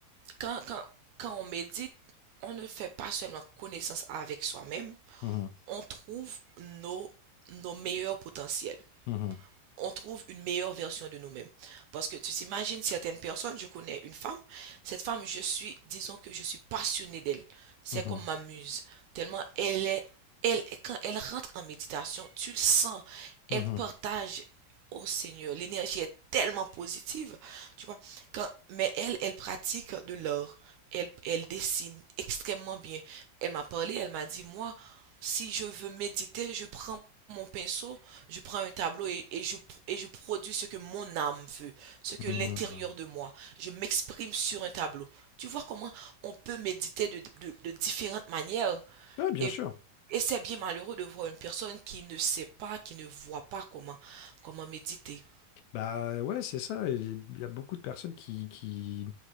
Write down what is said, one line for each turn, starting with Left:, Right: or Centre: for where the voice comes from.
Right: quand, quand, quand on médite, on ne fait pas seulement connaissance avec soi-même,
Left: Mhm,
Right: on trouve nos, nos meilleurs potentiels.
Left: mhm,
Right: on trouve une meilleure version de nous-mêmes. Parce que tu t'imagines certaines personnes, je connais une femme, cette femme, je suis, disons que je suis passionnée d'elle. C'est
Left: mhm,
Right: comme ma muse. Tellement elle est, elle, quand elle rentre en méditation, tu le sens,
Left: mhm,
Right: elle partage au Seigneur. L'énergie est tellement positive, tu vois. Quand, mais elle, elle pratique de l'art. Elle, elle dessine extrêmement bien. Elle m'a parlé, elle m'a dit, moi, si je veux méditer, je prends mon pinceau, je prends un tableau et, et je, et je produis ce que mon âme veut, ce que
Left: mhm.
Right: l'intérieur de moi. Je m'exprime sur un tableau. Tu vois comment on peut méditer de, de- de différentes manières.
Left: Ouais, bien
Right: Et,
Left: sûr.
Right: et c'est bien malheureux de voir une personne qui ne sait pas, qui ne voit pas comment, comment méditer.
Left: Bah ouais, c'est ça. Il y a beaucoup de personnes qui qui